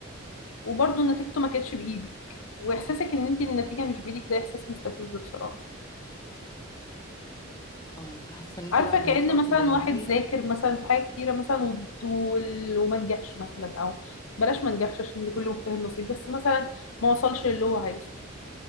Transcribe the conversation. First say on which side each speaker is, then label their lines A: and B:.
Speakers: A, on the left (about 75°); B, on the left (about 20°).
A: وبرضه نتيجته ما كانتش بايدك واحساسك ان انت النتيجه مش بايدك ده احساس مستفز بصراحه
B: اه انت حاسه ان انت
A: عارفه
B: بعد ما
A: كأن
B: وصلتي
A: مثلا
B: للنهايه
A: واحد ذاكر مثلا في حاجه كتيره مثلا و- وال- وما نجحش مثلا او بلاش ما نجحش عشان لكل مجتهد نصيب بس مثلا ما وصلش اللي هو عايزه